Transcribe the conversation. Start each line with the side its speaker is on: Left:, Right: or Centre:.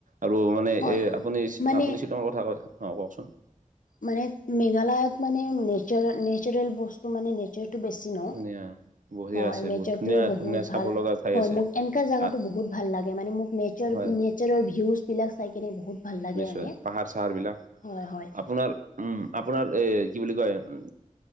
Right: আৰু মানে
Left: হয়
Right: এই আপুনি
Left: মানে
Right: আপুনি শ্বিলঙৰ কথা কয় অ, কওকচোন?
Left: মানে মেঘালয়ত মানে নোৰ নেচাৰেল-নেচাৰেল বস্তু মানে নেচাৰটো বেছি ন।
Right: ধুনীয়া বঢ়িয়া
Left: হয়
Right: আছে
Left: নেচাৰটো
Right: বহুত ধুনীয়া
Left: বহুত
Right: ধুনীয়া চাব
Left: ভাল।
Right: লগা ঠাই
Left: হয়
Right: আছে
Left: মোক এনকা জেগাতো
Right: আ,
Left: বহুত ভাল লাগে মানে মোক নেচাৰ-নেচাৰৰ
Right: হয়
Left: ভিউজ বিলাক চাই কিনে বহুত ভাল লাগে
Right: নিশ্চয়
Left: মানে
Right: পাহাৰ চাহাৰ বিলাক
Left: হয়-হয়।
Right: আপোনাৰ উম, আপোনাৰ এ কি বুলি কয় উম,